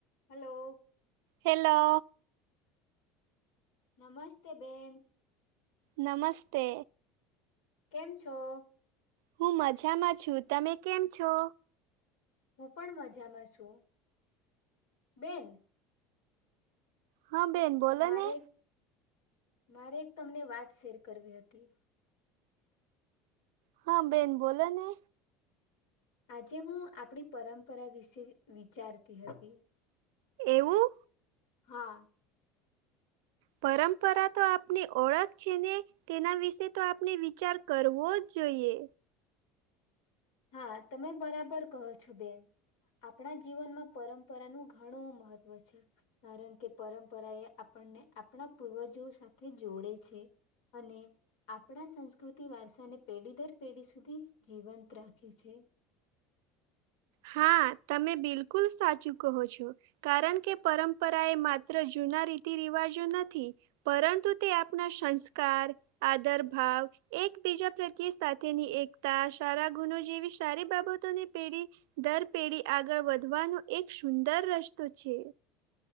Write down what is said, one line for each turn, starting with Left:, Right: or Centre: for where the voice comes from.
Left: Hello
Right: hello
Left: નમસ્તે, બેન.
Right: નમસ્તે
Left: કેમ છો?
Right: હું મજામાં છું. તમે કેમ છો?
Left: હું પણ મજામાં છું, બેન.
Right: હા બેન, બોલો
Left: મારે
Right: ને
Left: મારે એક તમને વાત શેર કરવી હતી.
Right: હા બેન બોલો ને
Left: આજે હું આપણી પરંપરા વિશે વિચારતી હતી.
Right: એવું
Left: હા.
Right: પરંપરા તો આપની ઓળખ છે ને તેના વિશે તો આપણે વિચાર કરવો જ જોઈએ.
Left: હા તમે બરાબર કહો છો બેન આપણા જીવનમાં પરંપરાનું ઘણું મહત્ત્વ છે કારણ કે પરંપરા એ આપણને આપણા પૂર્વજો સાથે જોડે છે અને આપણા સંસ્કૃતિ વારસાને પેઢી દર પેઢી સુધી જીવંત રાખે રાખે છે.
Right: હા તમે બિલકુલ સાચું કહો છો કારણ કે પરંપરા એ માત્ર જૂના રીતિ રિવાજો નથી પરંતુ તે આપણા સંસ્કાર આદર ભાવ એકબીજા પ્રત્યે સાથેની એકતા સારા ગુણો જેવી સારી બાબતોની પેઢી દર પેઢી આગળ વધવાનો એક સુંદર રસ્તો છે